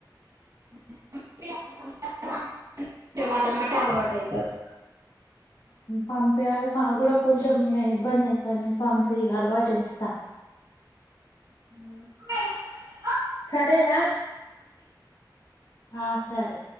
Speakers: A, on the right (about 50°); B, on the left (about 75°).
A: <unintelligible> అలవాటు అయితారు
B: పంపయాలి మాకు కూడా కొంచెం ఇబ్బంది అవుతుంది పంపి అలవాటు వేస్తా
A: ఆ
B: సరేరా ఆ సరే